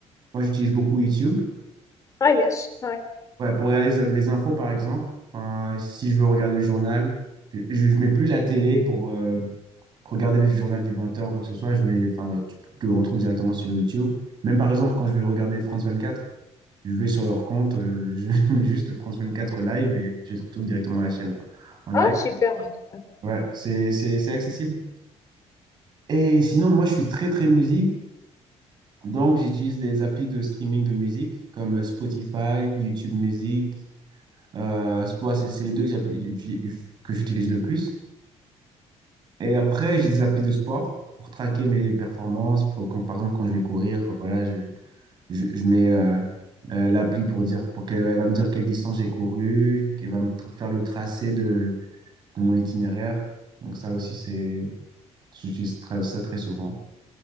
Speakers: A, on the right; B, on the left.
A: moi, j'utilise beaucoup YouTube.
B: Ah, yes, ouais.
A: Ouais, pour regarder les, les infos, par exemple. Enfin, si je veux regarder le journal, je, je mets plus la télé pour euh, regarder le journal du 20 heures ou quoi que ce soit. Je mets, enfin, tu, tu le retrouves directement sur YouTube. Même par exemple, quand je veux regarder France 24, je vais sur leur compte, euh, je <laughs> mets juste France 24 live et je retrouve directement la chaîne en live.
B: Ah, super. ouais, super.
A: Ouais, c'est, c'est, c'est accessible. Et sinon, moi, je suis très, très musique. Donc, j'utilise des applis de streaming de musique comme Spotify, YouTube Music. Euh, c'est ouais, c'est- c'est les deux que j'appli- j'ai- que j'utilise le plus. Et après, j'ai des applis de sport pour traquer mes performances. Pour quand- par exemple, quand je vais courir, voilà, je, je, je mets euh, euh, l'appli pour dire, pour qu'elle elle va me dire quelle distance j'ai couru, qu'elle va me tra- faire le tracé de, de mon itinéraire. Donc ça aussi, c'est, j'utilise tra- ça très souvent.